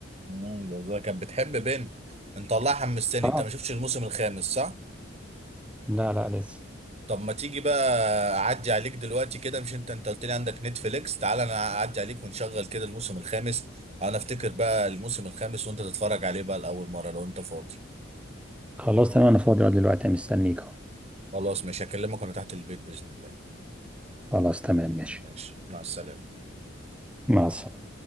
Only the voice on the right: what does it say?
امم بالظبط. كانت بتحب بنت انت والله حمستني
انت ما شفتش الموسم الخامس صح
طب ما تيجي بقى اعدي عليك دلوقتي كده مش انت انت قلت لي عندك نتفليكس تعال انا اعدي عليك ونشغل كده الموسم الخامس انا افتكر بقى الموسم الخامس وانت تتفرج عليه بقى لاول مره لو انت فاضي
خلاص ماشي هكلمك وانا تحت البيت باذن الله
ماشي مع السلامه